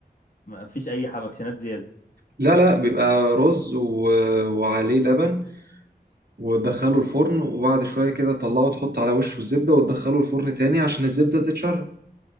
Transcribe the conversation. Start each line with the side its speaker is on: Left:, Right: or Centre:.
Left: ما فيش اي حبكشنات زياده
Right: لا لا بيبقى رز و... وعليه لبن وتدخله الفرن وبعد شوية كده تطلعه وتحط على وشه الزبدة وتدخله الفرن تاني عشان الزبدة تتشرب